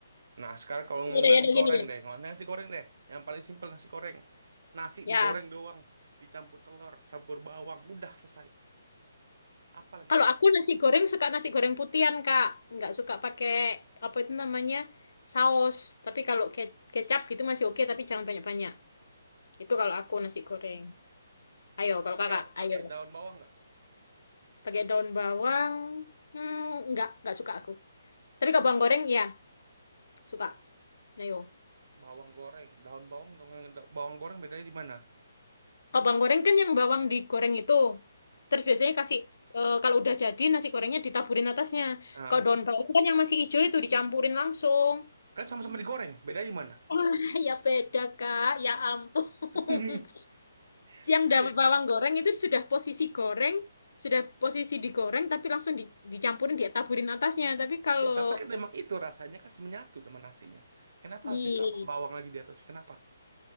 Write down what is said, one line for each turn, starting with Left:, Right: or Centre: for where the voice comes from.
Right: Nah, sekarang kalau
Left: yaudah,
Right: ngomongin nasi
Left: yaudah,
Right: goreng
Left: gini, Mas.
Right: deh, ngomongin nasi goreng deh. Yang paling simpel nasi goreng. Nasi
Left: Ya,
Right: digoreng doang, dicampur telur, campur bawang, udah selesai. Apalagi
Left: Kalau
Right: yang-
Left: aku nasi goreng suka nasi goreng putihan, Kak. Nggak suka pakai apa itu namanya saus. Tapi kalau ke- kecap gitu masih oke, tapi jangan banyak-banyak. Itu kalau aku nasi goreng. Ayo, kalau
Right: pakai
Left: kakak, ayo.
Right: pakai daun bawang nggak?
Left: Pakai daun bawang, hmm, nggak, nggak suka aku. Tapi kalau bawang goreng, ya suka. Ayo.
Right: Bawang goreng, daun bawang dengan da- bawang goreng bedanya di mana?
Left: Kalau bawang goreng kan yang bawang digoreng itu. Terus biasanya kasih, eh, kalau udah jadi nasi gorengnya ditaburin atasnya.
Right: Nah,
Left: Kalau daun bawang kan yang masih hijau itu dicampurin langsung.
Right: kan sama-sama digoreng, bedanya di mana?
Left: <laughs> Wah, ya beda, Kak. Ya ampun. <laughs>
Right: <laughs>
Left: Yang
Right: Hei,
Left: dapat bawang goreng itu sudah posisi goreng, sudah posisi digoreng, tapi langsung di- dicampurin, dia taburin atasnya. Tapi kalau...
Right: Ya, tapi kan memang itu rasanya kan menyatu dengan nasinya. Kenapa harus
Left: Ih,
Right: ditambah bawang lagi di atasnya? Kenapa?